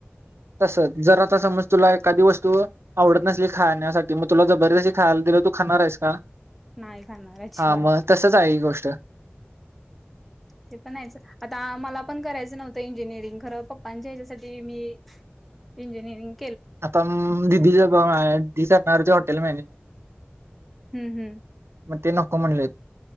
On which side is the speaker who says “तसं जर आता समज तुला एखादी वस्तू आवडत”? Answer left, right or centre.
Right